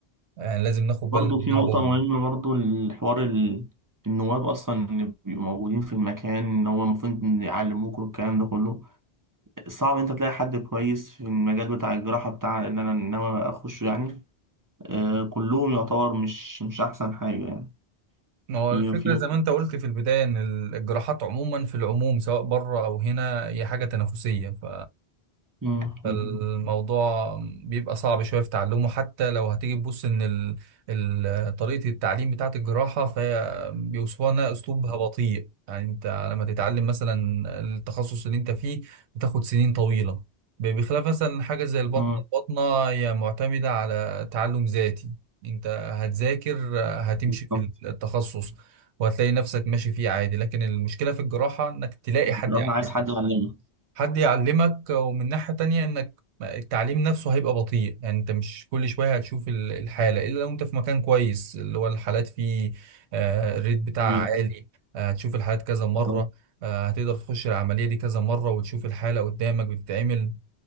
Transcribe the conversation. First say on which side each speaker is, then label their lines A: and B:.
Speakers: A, on the right; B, on the right.
A: يعني لازم ناخد بالنا
B: برضه
A: منها
B: في نقطة
A: برضه
B: مهمة برضه الحوار ال- النواب أصلا اللي بيبقوا موجودين في المكان إن هو المفروض إن يعلموك والكلام ده كله صعب انت تلاقي حد كويس في المجال بتاع الجراحة بتاع اللي انا ناوي اخشه يعني آه كلهم يعتبر مش مش احسن حاجة يعني
A: ما هو
B: في
A: الفكرة
B: في
A: زي ما انت قلت في البداية ان الجراحات عموما في العموم سواء بره او هنا هي حاجة تنافسية ف
B: مم.
A: فالموضوع
B: <laughs>
A: بيبقى صعب شوية في تعلمه حتى لو هتيجي تبص إن ال... ال... طريقة التعليم بتاعة الجراحة فهي بيوصفوها إنها أسلوبها بطيء يعني أنت لما تتعلم مثلا التخصص اللي أنت فيه بتاخد سنين طويلة ب- بخلاف مثلا حاجة زي البطنة
B: مم.
A: البطنة هي معتمدة على تعلم ذاتي أنت هتذاكر هتمشي
B: بالظبط
A: في التخصص وهتلاقي نفسك ماشي فيه عادي لكن المشكلة في الجراحة إنك تلاقي
B: الجراحة
A: حد يعلمك
B: عايز حد يعلمك
A: حد يعلمك ومن ناحية تانية انك التعليم نفسه هيبقى بطيء يعني انت مش كل شوية هتشوف ال- الحالة الا لو انت في مكان كويس اللي هو الحالات فيه آه، الريت بتاعها
B: كبير.
A: عالي آه، هتشوف الحالات كذا مرة
B: بالظبط
A: آه، هتقدر تخش العملية دي كذا مرة وتشوف الحالة قدامك بتتعمل